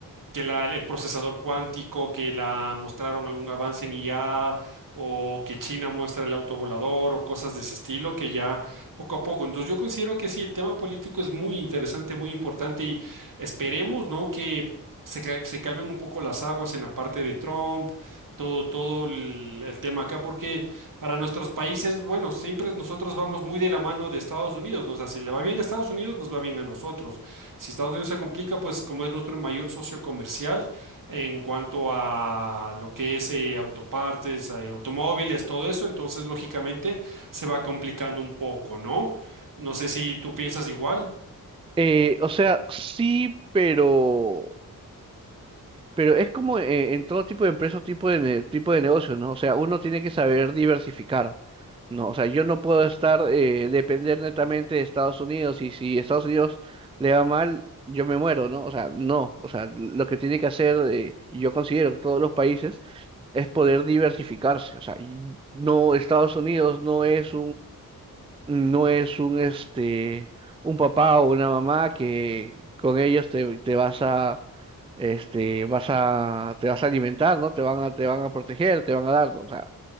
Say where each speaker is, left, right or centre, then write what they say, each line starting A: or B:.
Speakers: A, on the right; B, on the right.
A: que la- el procesador cuántico, que la mostraron algún avance en IA, o que China muestra el autovolador, o cosas de ese estilo, que ya poco a poco. Entonces yo considero que sí, el tema político es muy interesante, muy importante, y esperemos, ¿no? que se, cal- se calmen un poco las aguas en la parte de Trump, todo, todo el, el tema acá, porque para nuestros países, bueno, siempre nosotros vamos muy de la mano de Estados Unidos, ¿no? O sea, si le va bien a Estados Unidos, nos va bien a nosotros. Si Estados Unidos se complica, pues como es nuestro mayor socio comercial en cuanto a lo que es eh, autopartes, eh, automóviles, todo eso, entonces lógicamente se va complicando un poco, ¿no? No sé si tú piensas igual.
B: eh, o sea, sí, pero Pero es como eh, en todo tipo de empresas, tipo de, ne- tipo de negocios, ¿no? O sea, uno tiene que saber diversificar, ¿no? O sea, yo no puedo estar, eh, depender netamente de Estados Unidos y si Estados Unidos le va mal, yo me muero, ¿no? O sea, no. O sea, lo que tiene que hacer, eh, yo considero que todos los países es poder diversificarse. O sea, y no, Estados Unidos no es no es un este un papá o una mamá que con ellos te, te vas a este vas a te vas a alimentar, ¿no? Te van a te van a proteger, te van a dar, ¿no? O sea,